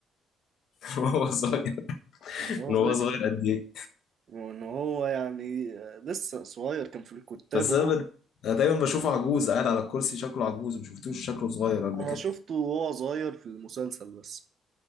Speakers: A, on the left (about 70°); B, on the right (about 60°).
A: <laughs> وهو صغير
B: من وهو
A: من
B: صغير
A: وهو صغير
B: كان-
A: قد ايه
B: وإن هو يعني لسه صغير كان في الكتاب
A: بس
B: وهو
A: انا بد- انا دايما بشوفه عجوز قاعد على الكرسي شكله عجوز ما شفتوش شكله صغير قبل
B: أنا
A: كده
B: شفته وهو صغير في المسلسل بس